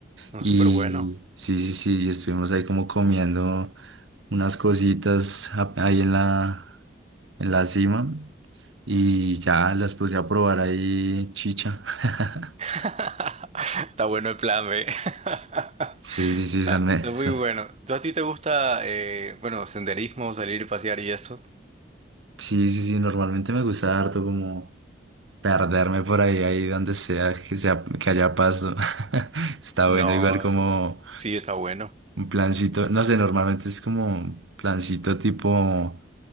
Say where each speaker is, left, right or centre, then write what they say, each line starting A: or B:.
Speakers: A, on the right (about 35°); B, on the right (about 80°).
A: no,
B: y
A: súper bueno.
B: sí, sí, sí, y estuvimos ahí como comiendo unas cositas a- ahí en la, en la cima y ya las puse a probar ahí chicha. <laughs>
A: <laughs> Está bueno el plan B. <laughs>
B: Sí, sí, sí, son,
A: Ah,
B: me-
A: Es muy
B: son.
A: bueno. ¿Tú a ti te gusta, eh, bueno, senderismo, salir y pasear y esto?
B: Sí, sí, sí, normalmente me gusta harto como perderme por ahí, ahí donde sea, que sea, que haya paso. <laughs> Está
A: No,
B: bueno, igual como
A: es- sí está bueno.
B: un plancito, no sé, normalmente es como un plancito tipo,